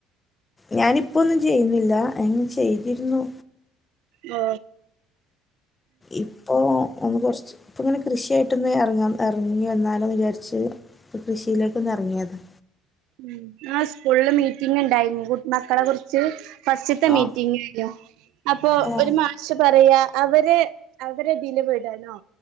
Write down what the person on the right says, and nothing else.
ആ
ഉം ആ സ്കൂളില് മീറ്റിങ്ങ് ഇണ്ടായിരുന്നു കു മക്കളെ കുറിച്ച് ഫസ്റ്റത്തെ
മീറ്റിങ്ങ് ഏന്നു അപ്പൊ
ഒരു മാഷ പറയാ അവരെ അവരെ വിലപടാനോ